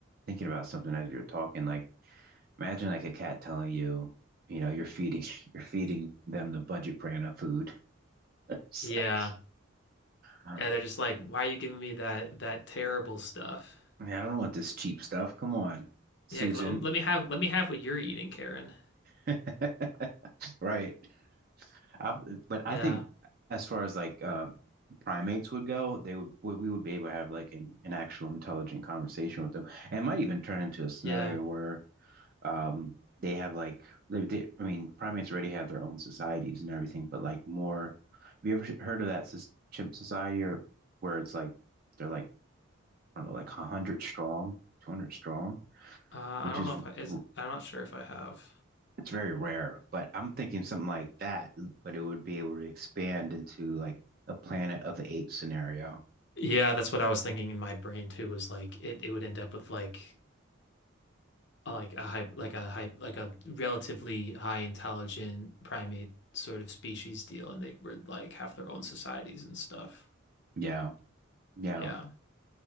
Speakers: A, on the right; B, on the left.
A: thinking about something as you were talking. Like, imagine like a cat telling you, you know, you're feeding <laughs> you're feeding them the budget brand of food. <laughs> It's
B: Yeah.
A: like, um,
B: Yeah, they're just like, why are you giving me that that terrible stuff?
A: man, I don't want this cheap stuff. Come on, Susan.
B: Yeah, let, let me have let me have what you're eating, Karen.
A: <laughs> Right. i but
B: Yeah.
A: I think as far as like uh, primates would go, they would we we would be able to have like an, an actual intelligent conversation with them. And it might even turn into a scenario
B: Yeah.
A: where Um, they have like they, they I mean, primates already have their own societies and everything, but like more. Have you ever heard of that sus- chimp society or where it's like they're like I don't know, like 100 strong, 200 strong,
B: Uh, I
A: which
B: don't
A: is
B: know if
A: r-
B: I is I'm not sure if I have.
A: it's very rare. But I'm thinking something like that, but it would be able to expand into like a Planet of the Apes scenario.
B: Yeah, that's what I was thinking in my brain too, was like it, it would end up with like like a high, like a high, like a relatively high intelligent primate sort of species deal, and they were like have their own societies and stuff.
A: Yeah, yeah,
B: Yeah.